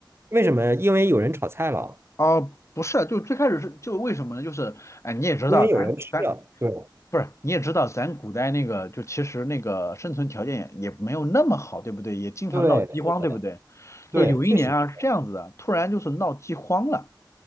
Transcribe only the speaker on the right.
为什么？因为有人炒菜了，
因为有人吃了。
对
对，是的，
对，
确实是。